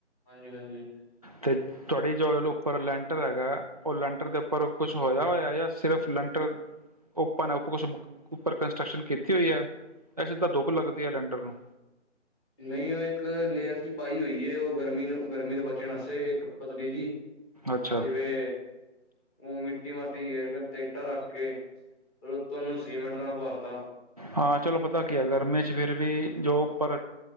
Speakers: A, in the centre; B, on the right (about 35°).
A: ਹਾਂਜੀ-ਹਾਂਜੀ।
B: ਤੇ ਤੁਹਾਡੀ ਜੋ ਉੱਪਰ ਲੈਂਟਰ ਹੈਗਾ। ਉਹ ਲੈਂਟਰ ਦੇ ਉੱਪਰ ਕੁੱਛ ਹੋਇਆ ਹੋਇਆ ਜਾਂ ਸਿਰਫ, ਲੈਂਟਰ ਉੱਪਰ ਨੇ ਉੱਪ ਕੁਛ ਉੱਪਰ ਕੰਸਟਰਕਸ਼ਨ ਕੀਤੀ ਹੋਈ ਹੈ, ਇਹ ਸਿੱਧਾ ਦੁੱਪ ਲੱਗਦੀ ਹੈ ਲੈਂਟਰ ਨੂੰ
A: ਨਹੀਂ ਉਹ ਇੱਕ ਲੇਅਰ ਚ ਪਾਈ ਹੋਈ, ਉਹ ਗਰਮੀ ਨੂੰ ਗਰਮੀ ਤੋਂ ਬਚਣ ਵਾਸਤੇ ਇੱਕ ਪਤਲੀ ਜੀ,
B: ਅੱਛਾ
A: ਜਿਵੇ ਉਹ ਇਟੀ ਮਟੀ ਰਗਤ ਇਟਾ ਰੱਖ ਕੇ, ਉਤੋ ਉਹਨੂੰ ਸੀਮੈਂਟ ਨਾਲ ਭਰਤਾ,
B: ਹਾਂ ਚਲੋ ਪਤਾ ਕੀ ਹੈ, ਗਰਮੀ ਚ ਫਿਰ ਵੀ ਜੋ ਉੱਪਰ